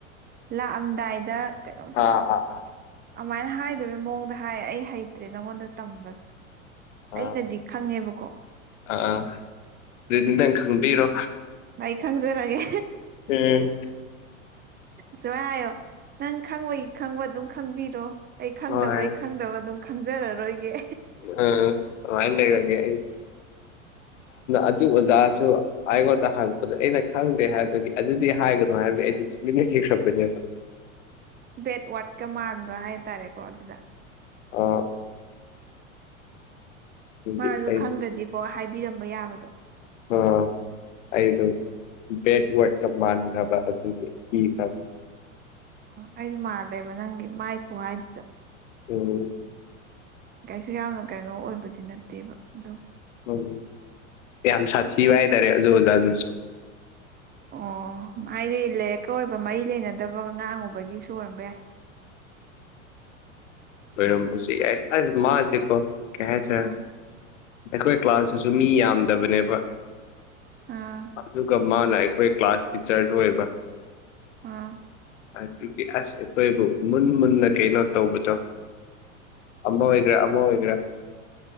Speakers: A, on the right; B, on the left.
A: ꯂꯥꯛꯑꯝꯗꯥꯏꯗ ꯀꯩꯅꯣꯝ
B: ꯑꯥ
A: ꯇꯧꯕ
B: ꯑꯥ
A: ꯑꯗꯨꯃꯥꯏꯅ ꯍꯥꯏꯗꯕꯒꯤ ꯃꯑꯣꯡꯗ ꯍꯥꯏ ꯑꯩ ꯍꯩꯇ꯭ꯔꯦ ꯅꯉꯣꯟꯗ ꯇꯝꯕꯗꯣ
B: ꯑꯥ
A: ꯑꯩꯅꯗꯤ
B: ꯑꯥ
A: ꯈꯪꯉꯦꯕꯀꯣ
B: ꯑꯥ ꯑꯗꯨꯗꯤ ꯅꯪ ꯈꯪꯕꯤꯔꯣ
A: ꯑꯩ ꯈꯪꯖꯔꯒꯦ
B: ꯎꯝ
A: ꯁꯨꯃꯥꯢ ꯍꯥꯏꯌꯣ ꯅꯪ ꯈꯪꯕꯒꯤ ꯈꯪꯕ ꯑꯗꯨꯝ ꯈꯪꯕꯤꯔꯣ ꯑꯩ ꯈꯪꯗꯕꯩ
B: ꯍꯣꯏ
A: ꯑꯩ ꯈꯪꯗꯕ ꯑꯗꯨꯝ ꯈꯪꯖꯔꯔꯣꯏꯒꯦ
B: ꯎ ꯑꯗꯨꯃꯥꯏ ꯂꯩꯔꯒꯦ ꯑꯩꯁꯨꯦ ꯑꯗꯨ ꯑꯣꯖꯥꯁꯨ ꯑꯩꯉꯣꯟꯗ ꯍꯪꯉꯛꯄꯗ ꯑꯩꯅ ꯈꯪꯗꯦ ꯍꯥꯏꯕꯒꯤ ꯑꯗꯨꯗꯤ ꯍꯥꯏꯒꯅꯨ ꯍꯥꯏꯕꯒꯤ ꯑꯩꯁꯨ ꯇꯨꯃꯤꯟꯅ ꯂꯩꯈꯔꯕꯅꯦꯕ <inaudible>
A: ꯕꯦꯠ ꯋꯥ꯭ꯔꯠꯀ ꯃꯥꯟꯕ ꯍꯥꯏꯇꯥꯔꯦꯀꯣ ꯑꯗꯨꯗ
B: ꯑꯣ ꯑꯗꯨꯒꯤ
A: ꯃꯥꯁꯨ
B: ꯑꯩꯁꯨ
A: ꯈꯪꯗꯗꯤꯀꯣꯛ ꯍꯥꯏꯕꯤꯔꯝꯕ ꯌꯥꯕꯗꯣ
B: ꯑꯣ ꯑꯩ ꯦꯠ ꯋꯥ ꯃꯥꯥꯟ ꯍꯥꯕ ꯑꯗꯨꯗꯤ ꯍꯥꯕ
A: ꯑꯩꯁꯨ ꯃꯥꯜꯂꯦꯕ ꯅꯪꯒꯤ ꯃꯥꯏ ꯈꯨꯍꯥꯏꯗꯨꯗ
B: ꯎꯝ
A: ꯀꯩꯁꯨ ꯌꯥꯝꯅ ꯀꯩꯅꯣ ꯑꯣꯏꯕꯗꯤ ꯅꯠꯇꯦꯕ ꯑꯗꯨ
B: ꯎꯝ--ꯌꯥꯝ ꯁꯥꯊꯤꯕ ꯍꯥꯏꯇꯥꯔꯦ ꯑꯗꯨ ꯑꯣꯖꯥ ꯑꯗꯨꯁꯨ
A: ꯑꯣ ꯍꯥꯏꯗꯤ ꯂꯥꯏꯔꯤꯛꯀ ꯑꯣꯏꯕ ꯃꯔꯤ ꯂꯩꯅꯗꯕꯒ ꯉꯥꯡꯉꯨꯕꯒꯤꯁꯨ ꯑꯣꯏꯔꯝꯕ ꯌꯥꯏ
B: ꯑꯣꯏꯔꯝꯕꯁꯨ ꯌꯥꯏ ꯑꯁ ꯃꯥꯖ‌ꯦꯀ‌ꯣ ꯀ‌ꯩꯍꯥꯏ ꯇꯥꯔ‌ꯦ
A: ꯑ
B: ꯑꯩꯈꯣꯏ ꯀ꯭ꯂꯥꯁꯇꯨꯁꯨ ꯃꯤ ꯌꯥꯝꯗꯕꯅꯦꯕ
A: ꯑ
B: ꯑꯗꯨꯒ ꯃꯥꯅ ꯑꯩꯈꯣꯏ ꯀ꯭ꯂꯥꯁ ꯇꯤꯆ꯭ꯔꯁꯨ ꯑꯣꯏꯕ
A: ꯑꯥ
B: ꯑꯗꯨꯒꯤ ꯑꯁ ꯑꯩꯈꯣꯏꯕꯨ ꯃꯨꯟ ꯃꯨꯟꯅ ꯀꯩꯅꯣ ꯇꯧꯕꯗꯣ ꯑꯃ ꯑꯣꯏꯒꯦꯔꯥ ꯑꯃ ꯑꯣꯏꯒꯦꯔꯥ